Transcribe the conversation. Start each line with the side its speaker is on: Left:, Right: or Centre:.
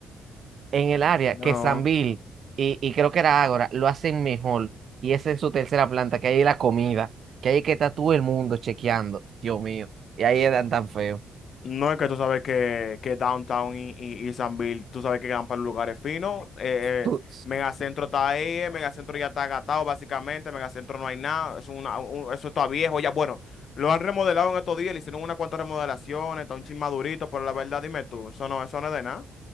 Right: en el área
Left: no.
Right: que Sambil y, y creo que era Ágora lo hacen mejor. Y es en su tercera planta, que ahí hay la comida, que ahí es que está todo el mundo chequeando. Dios mío. Y ahí eran tan feos.
Left: No es que tú sabes que, que Downtown y, y, y Sanville, tú sabes que quedan para los lugares finos. Eh,
Right: Tú-
Left: eh, Megacentro está ahí, eh, Megacentro ya está agatado básicamente, Megacentro no hay nada, es una, un- eso está viejo ya. Bueno, lo han remodelado en estos días, le hicieron unas cuantas remodelaciones, está un chin madurito, pero la verdad dime tú, eso no, eso no es de nada.